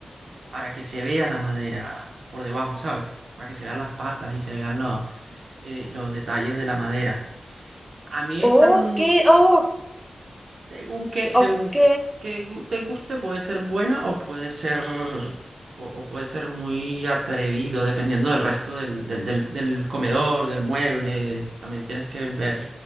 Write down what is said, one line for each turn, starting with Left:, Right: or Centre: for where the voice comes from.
Right: para que se vea la madera por debajo, ¿sabes? Para que se vean las patas y se vean lo- eh, los detalles de la madera. A mí
Centre: Oh,
Right: esta, n-
Centre: qué, oh,
Right: Según que, según
Centre: ok,
Right: que gu- te guste, puede ser buena o puede ser, o, o puede ser muy atrevido, dependiendo del resto del, del, del- del comedor, del mueble. También tienes que ver